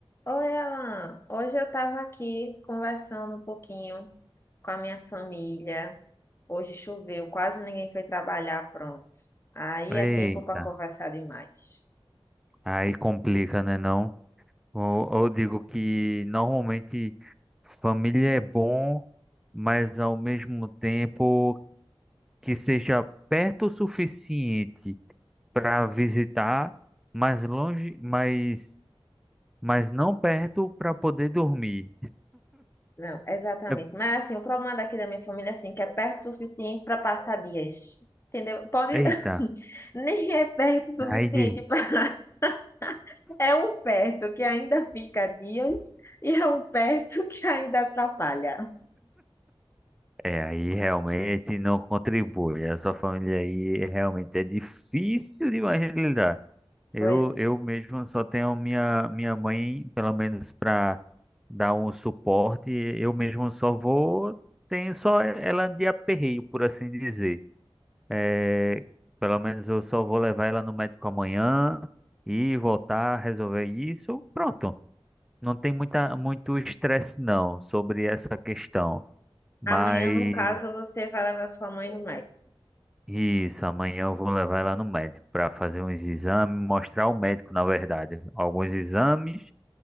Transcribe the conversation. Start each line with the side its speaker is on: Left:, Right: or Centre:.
Left: Oi, Alan. Hoje eu estava aqui conversando um pouquinho com a minha família. Hoje choveu, quase ninguém foi trabalhar, pronto. Aí
Centre: Eita,
Left: é tempo para conversar demais.
Centre: aí complica, né, não? Ou, eu digo que normalmente família é bom, mas ao mesmo tempo que seja perto o suficiente para visitar, mas longe, mas, mas não perto para poder dormir.
Left: Não, exatamente.
Centre: É-
Left: Mas assim, o problema daqui da minha família é assim, que é perto o suficiente para passar dias. Entendeu? Pode
Centre: Eita,
Left: <laughs> nem é perto o suficiente
Centre: aí de,
Left: para <laughs> é um perto que ainda fica dias e é um perto <laughs> que ainda atrapalha.
Centre: é, aí realmente não contribui. Essa família aí realmente é difícil demais de lidar. Eu,
Left: Pois
Centre: eu mesmo só tenho minha, minha mãe, pelo menos para dar um suporte. Eu mesmo só vou, tenho só ela de aperreio, por assim dizer. É, pelo menos eu só vou levar ela no médico amanhã e voltar a resolver isso. Pronto. Não tem muita, muito estresse, não, sobre essa questão. Mas
Left: amanhã, no caso, você vai levar sua mãe no médico.
Centre: isso, amanhã eu vou levar ela no médico para fazer uns exames, mostrar ao médico, na verdade, alguns exames